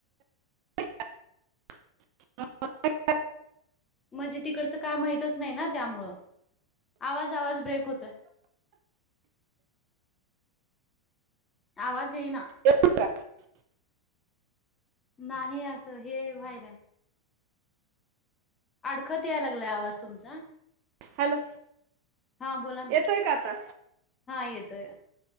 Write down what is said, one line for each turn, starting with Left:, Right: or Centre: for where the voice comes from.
Right: <unintelligible> ह <unintelligible>
Left: म्हणजे तिकडचं काय माहितच नाही ना त्यामुळं, आवाज- आवाज ब्रेक होतय. आवाज ईना
Right: एक <unintelligible>
Left: नाही असं हे व्हायलय. अडखत यायला लागला आवाज तुमचा
Right: हॅलो!
Left: हा, बोला ना..
Right: येतोय का आता
Left: हा येतोय.